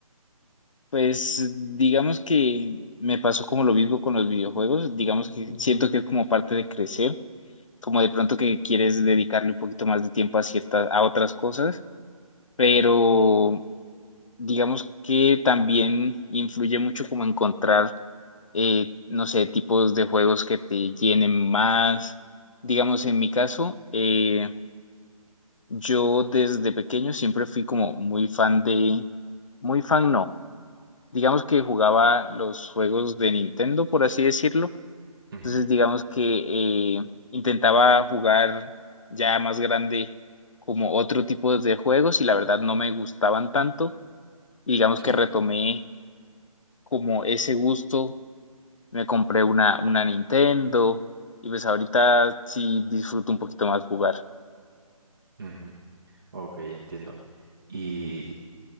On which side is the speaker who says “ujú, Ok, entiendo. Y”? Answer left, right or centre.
Right